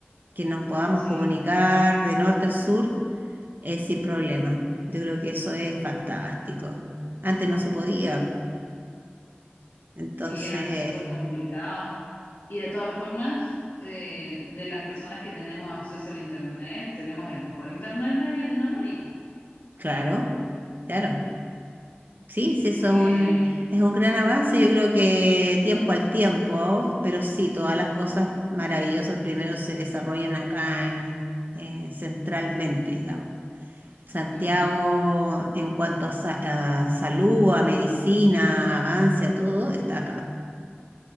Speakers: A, on the right; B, on the left.
A: que nos podamos
B: sí,
A: comunicar de norte a sur eh, sin problema. Yo creo que eso es fantástico. Antes no se podía, entonces,
B: sí, era súper complicado. Y de todas formas, eh, de las personas que tenemos acceso al Internet, tenemos el mejor Internet de Latinoamérica.
A: claro, claro. Sí,
B: Así
A: sí, eso
B: que,
A: es un, es un gran avance, yo creo que tiempo al tiempo, pero sí, todas las cosas maravillosas primero se desarrollan acá en, eh, centralmente, digamos. Santiago,
B: mm,
A: en cuanto a, sa- a salud, a medicina, avance, a todo, está acá.